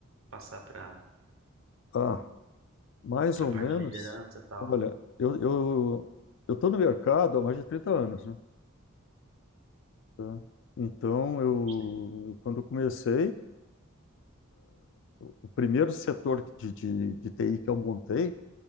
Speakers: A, on the right; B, on the left.
A: passar para
B: Ah, Mais
A: para
B: ou
A: parte
B: menos,
A: de liderança e tal?
B: olha, eu, eu, eu tô no mercado há mais de 30 anos, né? tá? Então, eu,
A: Bastante tempo.
B: eu- quando eu comecei, o primeiro setor de, de, de TI que eu montei,